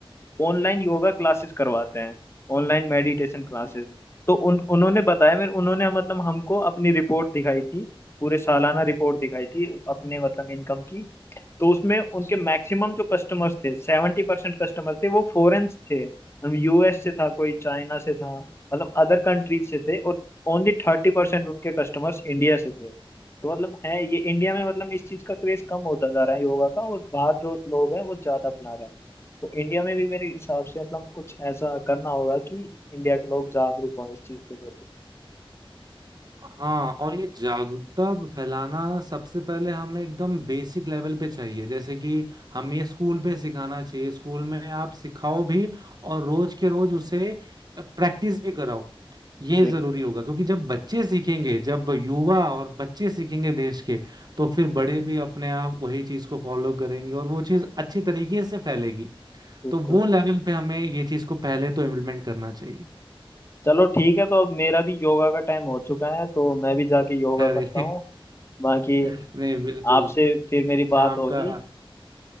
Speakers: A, on the left; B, on the right.
A: ऑनलाइन योगा क्लासेस करवाते हैं ऑनलाइन मेडिटेशन क्लासेस
B: हम्म
A: तो उन उन्होंने बताया मेरे उन्होंने मतलब हमको अपनी रिपोर्ट दिखाई थी पूरे सालाना रिपोर्ट दिखाई थी अपने मतलब इनकम की तो उसमें उनके मैक्सिमम जो कस्टमर्स थे सेवेंटी परसेंट कस्टमर थे वो फॉरेन थे मतलब यूएस से था कोई चाइना से था मतलब अदर कंट्रीज से थे और ओनली थर्टी परसेंट उनके कस्टमर्स इंडिया से थे तो मतलब है ये इंडिया
B: हम्म
A: में मतलब इस चीज का क्रेज कम होता जा रहा है योगा का और बाहर जो लोग हैं वो ज्यादा अपना रहे हैं तो इंडिया में भी मेरे हिसाब से मतलब कुछ ऐसा करना होगा कि इंडिया के लोग जागरूक हों इस चीज के प्रति
B: हाँ और ये जागरूकता फैलाना सबसे पहले हमें एकदम बेसिक लेवल पे चाहिए जैसे कि हमें ये स्कूल पे सिखाना चाहिए स्कूल में आप सिखाओ भी और रोज के रोज उसे प्रैक्टिस भी कराओ ये
A: बिल्कुल
B: जरूरी होगा क्योंकि जब बच्चे सीखेंगे जब युवा और बच्चे सीखेंगे देश के तो फिर बड़े भी अपने आप वही चीज को फॉलो करेंगे और वो चीज अच्छी तरीके से फैलेगी
A: बिल्कुल
B: तो वो
A: बिल्कुल
B: लेवल पे हमें ये चीज को पहले तो इम्प्लीमेंट करना चाहिए
A: चलो ठीक है तो अब मेरा भी योगा का टाइम हो चुका है तो मैं भी जाके योगा
B: अरे
A: करता हूँ बाकी
B: <laughs> नहीं बिल्कुल
A: आपसे फिर मेरी बात
B: शाम
A: होगी
B: का